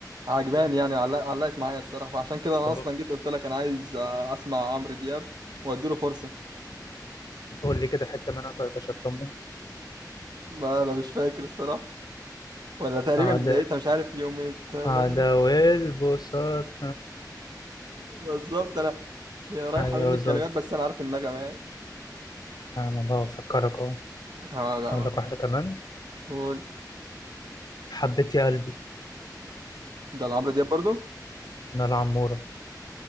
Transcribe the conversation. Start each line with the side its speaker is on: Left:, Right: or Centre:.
Right: عجباني
Left: مم.
Right: يعني وعلق- علقت معايا الصراحة فعشان كده انا
Left: طب
Right: اصلا جيت قلت لك انا عايز آه، اسمع عمرو دياب واديله فرصة
Left: قول لي كده حتة منها طيب عشان أطمن
Right: ما انا مش فاكر الصراحة ولا تقريبا
Left: أعداء
Right: بدايتها مش عارف يوم التلات
Left: أعداء والبساط
Right: بالظبط انا هي رايحة
Left: أيوه
Right: مني
Left: بالظبط
Right: الكلمات بس انا عارف النغمة يعني
Left: أنا بفكرك أهو
Right: اه لا
Left: أقول
Right: ما
Left: لك واحدة كمان
Right: قول
Left: حبيت يا قلبي
Right: ده لعمرو دياب برضو
Left: من العمورة